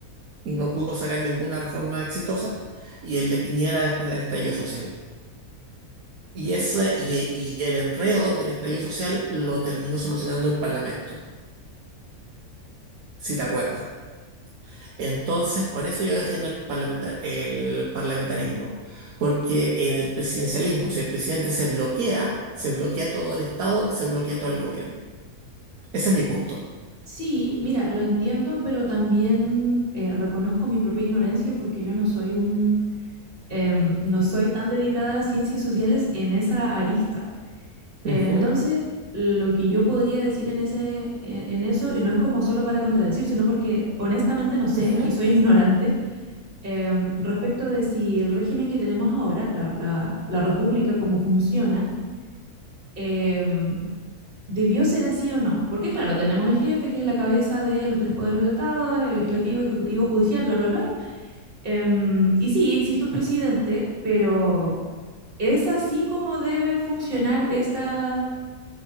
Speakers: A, on the right; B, on the right.
A: y no pudo sacar ninguna reforma exitosa, y el de Piñera después del estallido social. Y, ese, y, y el enredo del estallido social lo terminó solucionando el Parlamento, si te acuerdas. Entonces, por eso yo defiendo el parlamentar- el parlamentarismo, porque en el presidencialismo, si el presidente se bloquea, se bloquea todo el Estado y se bloquea todo el gobierno. Ese es mi punto.
B: Sí, mira, lo entiendo, pero también eh, reconozco mi propia ignorancia porque yo no soy un, em, no soy tan dedicada a las ciencias sociales en esa arista.
A: Ujú,
B: Eh, entonces, lo que yo podría decir en ese, en, en eso, y no es como solo para contradecir, sino porque honestamente no sé
A: ujú.
B: y soy <laughs> ignorante, em, respecto de si el régimen que tenemos ahora, la, la- la república, cómo funciona, em, ¿Debió ser así o no? Porque claro, tenemos el jefe, que es la cabeza de los tres poderes del Estado, el legislativo, ejecutivo, judicial, bla, bla, bla. Em, y sí, existe un presidente, pero ¿es así como debe funcionar esta,